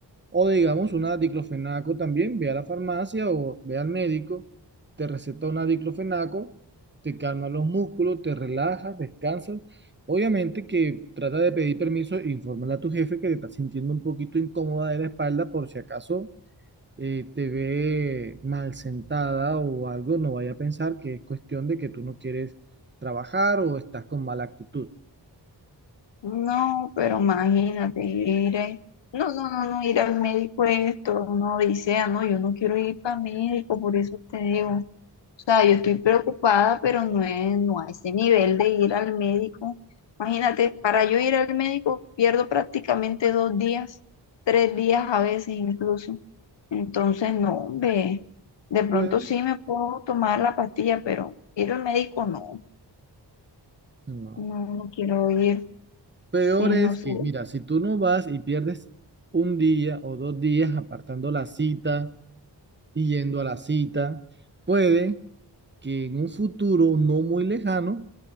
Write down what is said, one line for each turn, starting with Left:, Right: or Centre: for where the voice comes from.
Right: O digamos una diclofenaco también, ve a la farmacia o ve al médico, te receta una diclofenaco, te calma los músculos, te relajas, descansas. Obviamente que trata de pedir permiso, infórmale a tu jefe que te estás sintiendo un poquito incómoda de la espalda por si acaso eh, te ve mal sentada o algo, no vaya a pensar que es cuestión de que tú no quieres trabajar o estás con mala actitud.
Left: No, pero imagínate, ir a- No, no, no, no, ir al médico esto, uno dice, ah, no, yo no quiero ir para médico, por eso te digo. O sea, yo estoy preocupada, pero no es, no a ese nivel de ir al médico. Imagínate, para yo ir al médico pierdo prácticamente dos días, tres días a veces incluso. Entonces, no, hombre, de pronto
Right: Bueno,
Left: sí me puedo tomar la pastilla, pero ir al médico no,
Right: no.
Left: no, no quiero ir.
Right: Peor
Left: Sí, no
Right: es
Left: sé,
Right: que, mira, si tú no vas y pierdes un día o dos días apartando la cita y yendo a la cita, puede que en un futuro no muy lejano